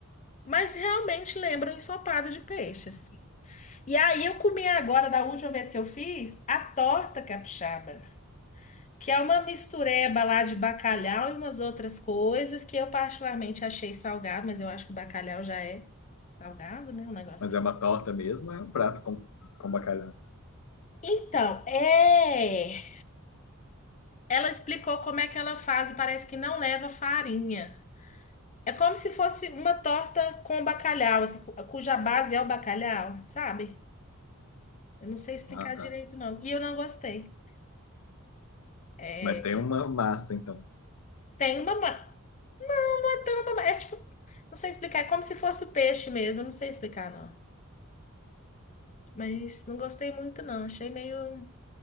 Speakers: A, on the left; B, on the left.
A: Mas realmente lembra um ensopado de peixe, assim. E aí eu comi agora, da última vez que eu fiz, a torta capixaba, que é uma mistureba lá de bacalhau e umas outras coisas que eu particularmente achei salgado, mas eu acho que o bacalhau já é salgado, né? Um negócio
B: Mas
A: assim.
B: é uma torta mesmo, é um prato com, com bacalhau.
A: Então, é. Ela explicou como é que ela faz e parece que não leva farinha. É como se fosse uma torta com bacalhau, assim, cu- cuja base é o bacalhau, sabe? Eu não sei explicar
B: Ah, tá.
A: direito, não. E eu não gostei. É,
B: Mas tem uma massa, então.
A: tem uma. ma- não Tem uma. ma- É tipo. Não sei explicar. É como se fosse o peixe mesmo. Eu não sei explicar, não. Mas não gostei muito, não. Achei meio.